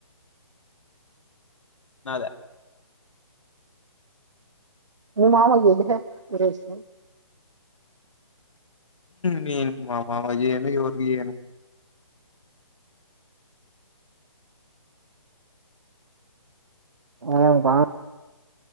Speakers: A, on the left; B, on the right.
A: నాదా
B: మామ ఇది గీడ ఎందుకేసినవ్
A: నను మామమ ఏను ఎవరికి ఏను
B: ఏం రా